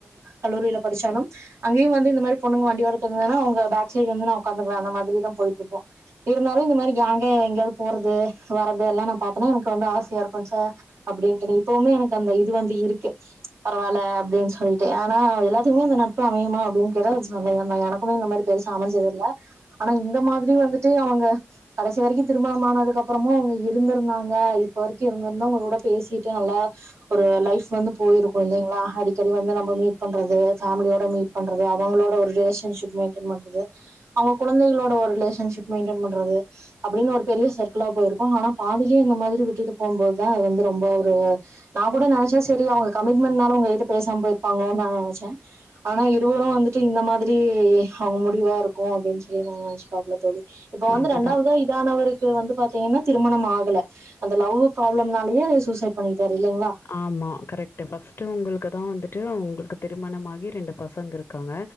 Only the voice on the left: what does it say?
இல்ல
அதுதா
ஆமா கரெக்டு ஃபர்ஸ்ட்டு உங்களுக்கு தா வந்துட்டு அவங்களுக்கு திருமணமாகி ரெண்டு பசங்க இருக்காங்க